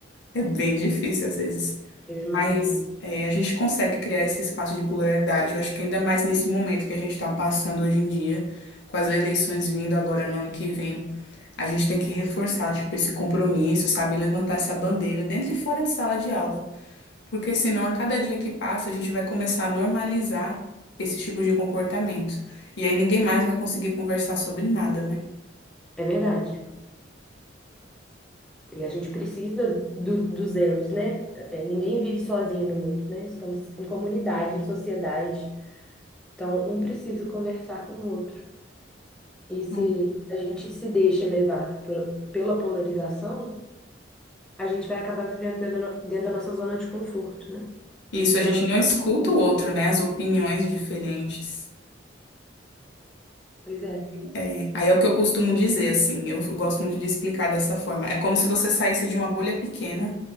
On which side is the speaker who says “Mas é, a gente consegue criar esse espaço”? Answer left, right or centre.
Left